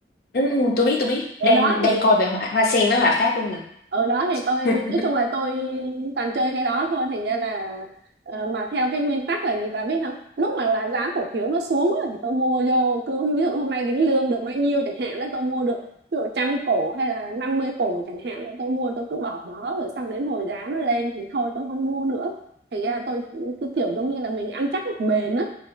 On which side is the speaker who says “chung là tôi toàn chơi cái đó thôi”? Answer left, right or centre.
Right